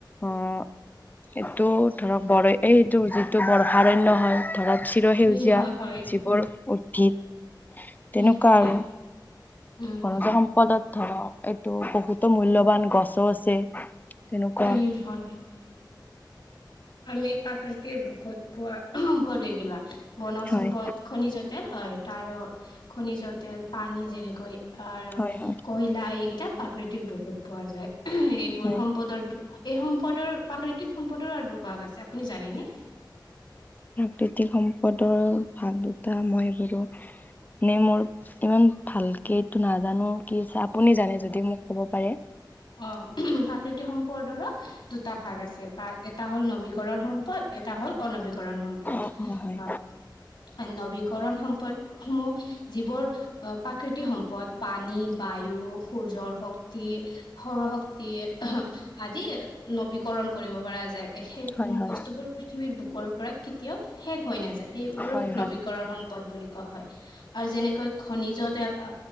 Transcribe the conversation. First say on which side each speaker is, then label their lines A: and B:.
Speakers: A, on the left (about 20°); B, on the left (about 70°).
A: অ' এইটো ধৰক বৰ এইটো যিটো বৰ্ষাৰণ্য হয় ধৰক চিৰসেউজীয়া
B: উম হয় হয়
A: যিবোৰ উদ্ভিদ
B: উম
A: তেনেকুৱা
B: হয়
A: আৰু,
B: উম
A: বনজ সম্পদত ধৰক এইটো বহুতো মূল্যৱান গছও আছে। তেনেকুৱা
B: উম, হয়। আমি প্ৰাকৃতিৰ বুকুত পোৱা প্ৰতিগিলা বনজ
A: হয়
B: সম্পদ খনিজ তেল অ', তাৰ খনিজ তেল পানী যেনেকৈ আৰু
A: হয় হয়
B: কয়লা এইকেইটা প্ৰাকৃতিৰ বুকুত পোৱা যায়। এইবোৰ
A: হয়
B: সম্পদৰ তো এই সম্পদৰ, প্ৰাকৃতিক সম্পদৰ আৰু দুভাগ আছে আপুনি জানেনে?
A: প্ৰাকৃতিক সম্পদৰ ভাগ দুটা মই বাৰু নে মোৰ ইমান ভালকে এইটো নাজানো, কি চা আপুনি জানে যদিও মোক ক'ব পাৰে।
B: অ', প্ৰাকৃতিক সম্পদৰো দুটা ভাগ আছে তাৰ এটা হ'ল নবীকৰণ সম্পদ এটা হ'ল অনবীকৰণ সম্পদ,
A: অ অ হয়
B: আ নৱীকৰণ সম্পদ সমূহ, যিবোৰ অ', প্ৰাকৃতিক সম্পদ পানী বায়ু, সূৰ্যৰ শক্তি, সৌৰশক্তি আদি নবীকৰণ কৰিব পৰা যায়, সেই
A: হয় হয়
B: বস্তুবোৰ পৃথিৱীৰ বুকৰ পৰা কেতিয়াও শেষ হৈ নাযায়, সেইবোৰক
A: হয় হয়
B: নৱীকৰণ সম্পদ বুলি ক কোৱা হয় আৰু যেনেকৈ খনিজত তেল‌‌, আ